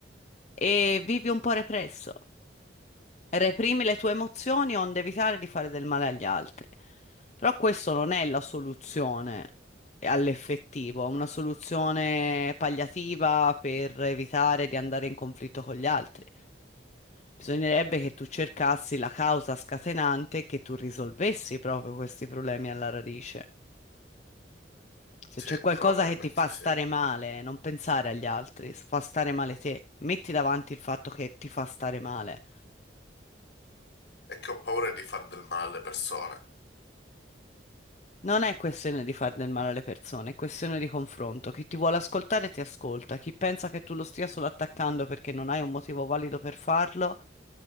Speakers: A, on the left (about 40°); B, on the left (about 65°).
A: e vivi un po' represso. Reprimi le tue emozioni onde evitare di fare del male agli altri. Però questo non è la soluzione eh, all'effettivo, è una soluzione palliativa per evitare di andare in conflitto con gli altri. Bisognerebbe che tu cercassi la causa scatenante e che tu risolvessi proprio questi problemi alla radice. Se
B: Sì,
A: c'è qualcosa
B: probabilmente
A: che ti fa stare
B: sì.
A: male, non pensare agli altri, fa stare male te. Metti davanti il fatto che ti fa stare male.
B: È che ho paura di far del male alle persone.
A: Non è questione di far del male alle persone, è questione di confronto. Chi ti vuole ascoltare ti ascolta, chi pensa che tu lo stia solo attaccando perché non hai un motivo valido per farlo,